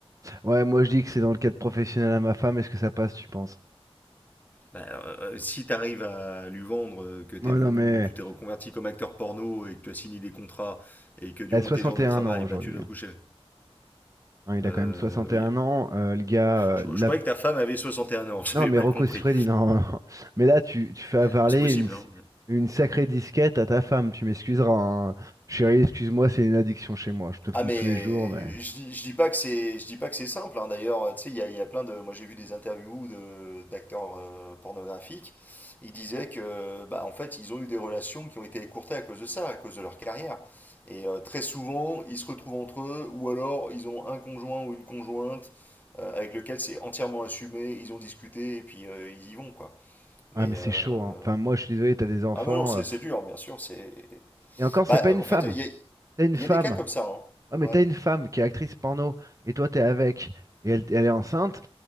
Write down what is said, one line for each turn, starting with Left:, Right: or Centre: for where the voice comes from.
Right: Ouais, moi je dis que c'est dans le cadre professionnel à ma femme, est-ce que ça passe, tu penses?
Left: Bah, euh, euh, si tu arrives à lui vendre euh, que t'es
Right: Ouais,
Left: devenu,
Right: non mais
Left: tu t'es reconverti comme acteur porno et que tu as signé des contrats et que durant
Right: elle a 61
Left: tes heures de travail,
Right: ans aujourd'hui.
Left: bah, tu dois
Right: hein.
Left: coucher.
Right: Hein, il
Left: Euh,
Right: a quand même 61
Left: oui.
Right: ans, euh, le gars,
Left: je,
Right: euh, la,
Left: je croyais que ta femme avait 61 ans, <laughs> j'avais
Right: Non, mais
Left: mal
Right: Rocco
Left: compris.
Right: Siffredi, non. <laughs> Mais là, tu, tu fais avaler
Left: Bah, c'est possible,
Right: une,
Left: hein.
Right: une sacrée disquette à ta femme. Tu m'excuseras. hein. Chérie, excuse-moi, c'est une addiction chez moi. Je te trompe
Left: Ah mais
Right: tous les jours, mais.
Left: je, dis- je dis pas que c'est je dis pas que c'est simple hein. D'ailleurs euh, tu sais il y a, il y a plein de moi j'ai vu des interviews de d'acteurs euh, pornographiques ils disaient que bah en fait ils ont eu des relations qui ont été écourtées à cause de ça à cause de leur carrière et euh, très souvent ils se retrouvent entre eux ou alors ils ont un conjoint ou une conjointe euh, avec lequel c'est entièrement assumé ils ont discuté et puis euh, ils y vont quoi mais
Right: Ah, mais c'est
Left: euh,
Right: chaud, hein. Enfin, moi, je suis désolé, t'as des enfants.
Left: ah mais non c'est
Right: euh.
Left: c'est dur bien sûr c'est
Right: Et encore,
Left: bah
Right: c'est pas une
Left: en
Right: femme.
Left: fait il y a, il
Right: T'as une femme.
Left: y a des cas comme ça hein.
Right: Ouais, mais
Left: Ouais,
Right: t'as une femme qui est actrice porno. Et toi, t'es avec. Et elle, elle est enceinte.